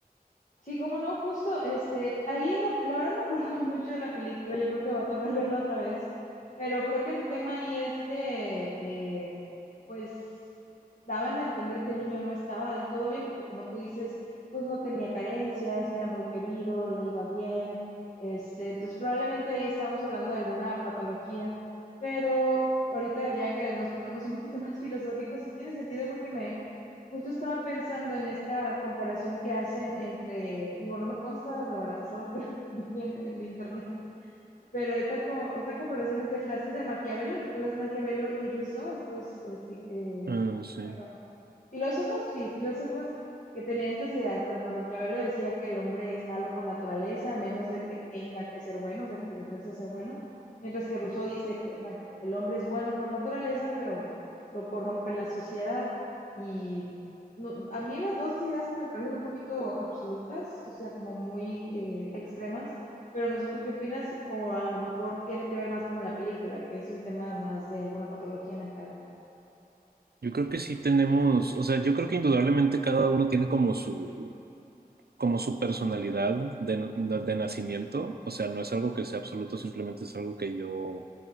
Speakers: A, on the left; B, on the right.
A: Sí, cómo no, justo, este, ahí en la, la verdad me acuerdo <laughs> mucho de la película, yo creo que va a tocar verla otra vez, pero creo que el tema ahí es de, eh, pues daban a entender que el niño no estaba del todo bien, porque como tú dices, pues no tenía carencias, era muy querido, le iba bien, este, entonces probablemente ahí estamos hablando de alguna patología, pero ahorita ya que nos ponemos un poquito <laughs> más filosóficos, sí tiene sentido porque me justo estaba pensando en esta comparación que hacen entre, digo, no me consta, la verdad es algo que <laughs> vi en el internet, pero esta, co- esta comparación entre frases de Maquiavelo, Nicolás Maquiavelo y Rousseau, estos eh, sí, eh,
B: Ah, sí.
A: perdón, filósofos, sí, filósofos que tenían estas ideas. Por ejemplo, Maquiavelo decía que el hombre es malo por naturaleza, a menos de que tenga que ser bueno, o sea, que se le fuerce a ser bueno. Mientras que Rousseau dice que, bueno, el hombre es bueno por naturaleza, pero lo corrompe la sociedad. Y no- a mí las dos ideas me parecen un poquito absolutas, o sea, como muy eh, extremas. Pero no sé tú qué opinas, o a lo mejor tiene que ver más como en la película, que es un tema más de alguna patología mental.
B: Yo creo que sí tenemos, o sea, yo creo que indudablemente cada uno tiene como su, como su personalidad de, de nacimiento. O sea, no es algo que sea absoluto, simplemente es algo que yo